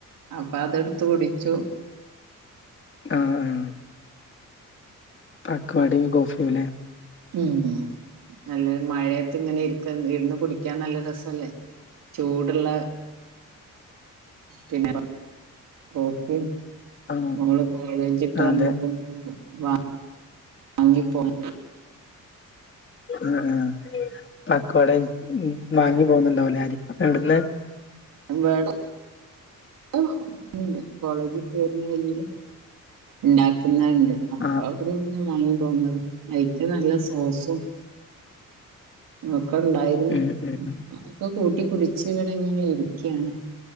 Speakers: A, on the right; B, on the left.
A: അപ്പൊ അതെടുത്ത് കുടിച്ചു.
B: ആഹ് ആഹ് പക്വാടയും കോഫിയുല്ലേ
A: ഉം ഉം നല്ല മഴയത്ത് ഇങ്ങനെ ഇരുക്ക് ഇരുന്ന് കുടിക്കാൻ നല്ല രസല്ലേ. ചൂടുള്ള പിന്നെ കോഫിം
B: ആ
A: മോള് കോളേജിട്ട്
B: ആ,
A: വന്നെപ്പം.
B: അതെ
A: വാ വാങ്ങിപ്പോന്ന്
B: ആഹ് ആഹ് പക്കടയും വാങ്ങി പോന്നുണ്ടാവലാരും. എവിടുന്ന്?
A: എന്താട്? വും ഉണ്ട് കോളേജിൽ പോരുന്ന വഴില് ഉണ്ടാക്കുന്നുണ്ട്. അപ്പം
B: ആ
A: അതെങ്ങെനെ നമ്മെള് തോന്നന്നത്. അയിക്ക് നല്ല സോസും. ഇതൊക്കെ ഉണ്ടാരുന്നു.
B: ഉം ഉം
A: അതൊക്കെ കൂട്ടി പിടിച്ചു കൊണ്ടിങ്ങനെ ഇരിക്കയാണ്.